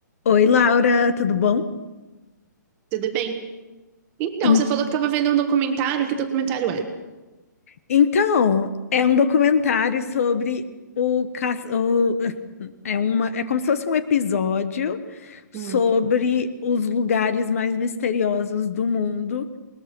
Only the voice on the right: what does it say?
Tudo bem? Então,
você falou que estava vendo um documentário. Que documentário é?
Hum,